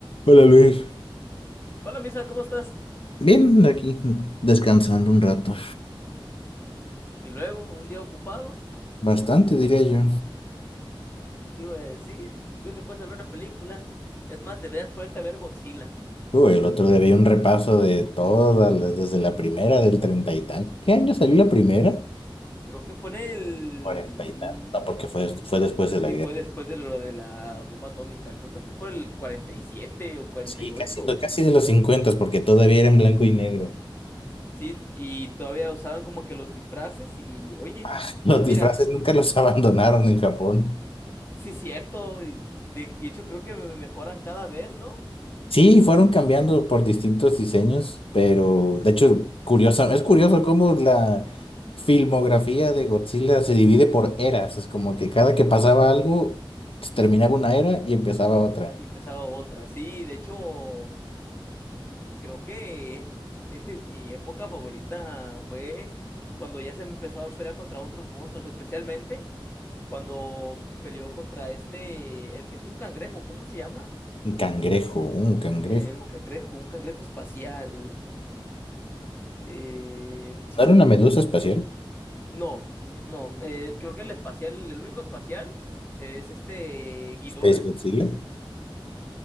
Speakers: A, on the left; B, on the left.
A: Hola Luis.
B: Hola, Misa, ¿cómo estás?
A: Bien, aquí, descansando un rato.
B: Y luego, un día ocupado,
A: Bastante, diría yo.
B: ¿qué te iba a decir? ¿Por qué no te puedes ver una película? Es más, deberías poderte ver Godzilla.
A: Uy, el otro día vi un repaso de todas, las- desde la primera del treinta y tal. ¿Qué año salió la primera?
B: Creo que fue en el...
A: Cuarenta y tal. No, porque fue, fue después de la
B: Sí,
A: guerra.
B: fue después de lo de la bomba atómica. Creo que fue por el 47 o 48.
A: Sí, casi, no, casi de los cincuentas, porque todavía era en blanco y negro.
B: Sí, y todavía usaban como que los disfraces y, oye,
A: Ah, <laughs> los
B: mira,
A: disfraces nunca los abandonaron en Japón.
B: sí es cierto. y de de hecho, creo que me mejoran cada vez, ¿no?
A: Sí, fueron cambiando por distintos diseños, pero de hecho, curiosa, es curioso cómo la filmografía de Godzilla se divide por eras. Es como que cada que pasaba algo, se terminaba una era y empezaba
B: Y,
A: otra.
B: y empezaba otra. Sí, de hecho... creo que eh, <laughs> mi época favorita fue cuando ya se empezó a pelear contra otros monstruos, especialmente cuando peleó contra este, el que es un cangrejo, ¿cómo se llama?
A: Un cangrejo, un cangrejo.
B: Eh, un cangrejo, un cangrejo espacial. Eh,
A: ¿No era una medusa espacial?
B: no, no, eh, creo que el espacial, el único espacial es este Ghidorah.
A: Space Godzilla.